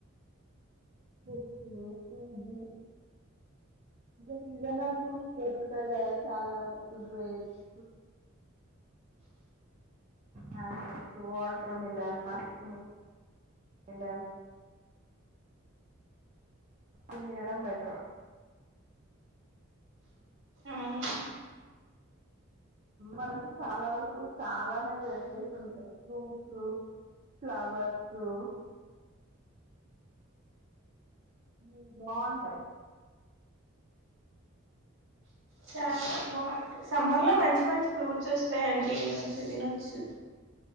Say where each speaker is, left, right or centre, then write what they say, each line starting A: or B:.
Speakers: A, on the right (about 35°); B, on the right (about 60°).
A: నచ్చీసి సీజనల్ ఫూస్ దొరుకుతాయి కదా చాలా వరకు grapes mangoes water melon Musk melon ఇదినడం బెట్ర్
B: అవును
A: మనం చాలా వరకు చాలానే వెరైటీస్ ఉంటాయి ఫ్రూట్స్ ఫ్లవర్సు న బాఉంటయి
B: చాలా బాఉం సమ్మర్లో మంచి మంచి ఫ్రూట్స్ ఒస్తయండి మంచిగా తినొచ్చు